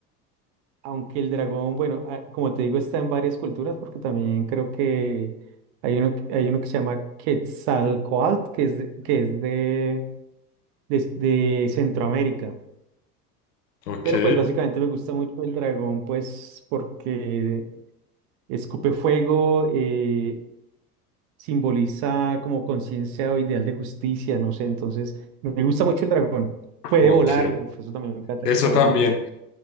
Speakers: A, on the right; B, on the left.
A: aunque el dragón, bueno, ah, como te digo, está en varias culturas porque también creo que hay uno, que- hay uno que se llama Quetzalcóatl, que es de, que es de, de de Centroamérica.
B: Ok,
A: Pero pues básicamente me gusta mucho el dragón, pues porque escupe fuego, eh, simboliza como conciencia o ideal de justicia, no sé, entonces me gusta mucho el dragón. Puede
B: ok.
A: volar, uf, eso también me encanta
B: Eso
A: que pueda
B: también.
A: volar.